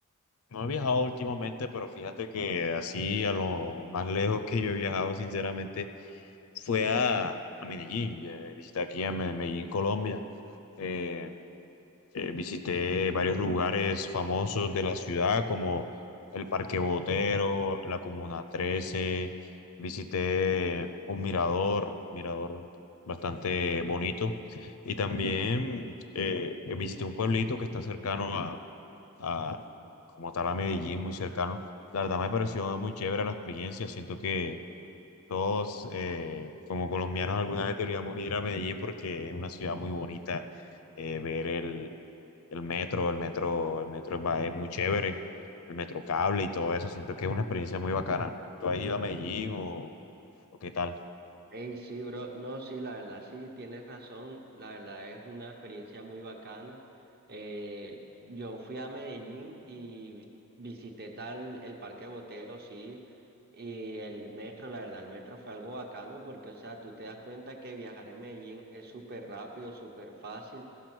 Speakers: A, on the left; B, on the right.
A: No he viajado últimamente, pero fíjate que así a lo más lejos que yo he viajado, sinceramente, fue a, a Medellín. vi- Visité aquí a Me- Medellín, Colombia. Eh, eh, visité varios lugares famosos de la ciudad, como el Parque Botero, la Comuna 13. Visité un mirador, mirador bastante bonito. Y también eh, visité un pueblito que está cercano a, como tal a Medellín, muy cercano. La verdad me pareció muy chévere la experiencia. Siento que todos, eh, como colombianos, alguna vez deberíamos ir a Medellín porque es una ciudad muy bonita. Eh, ver el, el metro, el metro, el metro va- es muy chévere. El metro cable y todo eso. Siento que es una experiencia muy bacana. ¿Tú has ido a Medellín o, o qué tal?
B: Ey, sí, bro. No, sí, la verdad, sí, tienes razón. La verdad es una experiencia muy bacana. Eh, yo fui a Medellín y visité tal el Parque Botero, sí, y el metro, la verdad, el metro fue algo bacano porque, o sea, tú te das cuenta que viajar en Medellín es súper rápido, súper fácil